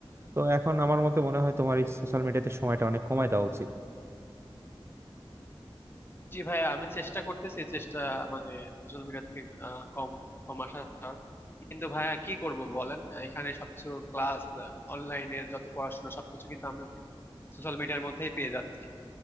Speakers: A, on the right; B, on the left.
A: তো এখন আমার মতে মনে হয় তোমার এই সোশ্যাল মিডিয়াতে সময়টা অনেক কমায় দেওয়া উচিত
B: জি ভাই আমি চেষ্টা করতেছি চেষ্টা মানে সোশ্যাল মিডিয়া থেকে আহ, কম কম আসার কিন্তু ভাইয়া কি করব বলেন এখানে সবকিছু ক্লাস অনলাইনের যত পড়াশোনা সবকিছু কিন্তু আমি সোশ্যাল মিডিয়ার মধ্যেই পেয়ে যাচ্ছি